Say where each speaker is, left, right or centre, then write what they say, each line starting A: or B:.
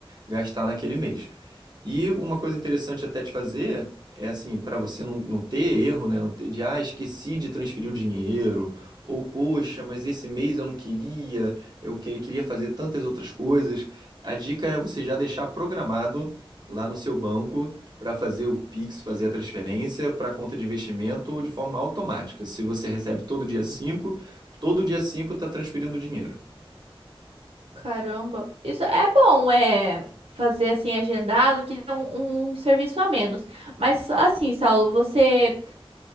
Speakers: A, on the right (about 45°); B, on the right (about 80°).
A: gastar naquele mês. E uma coisa interessante até de fazer é assim, para você não, não ter erro, né? Não ter de, ah, esqueci de transferir o dinheiro, ou poxa, mas esse mês eu não queria, eu que- queria fazer tantas outras coisas. A dica é você já deixar programado lá no seu banco para fazer o Pix, fazer a transferência para a conta de investimento de forma automática. Se você recebe todo dia cinco todo dia 5 está transferindo dinheiro.
B: Caramba, isso é bom, é fazer assim agendado que dá um, um serviço a menos. Mas assim, Saulo, você,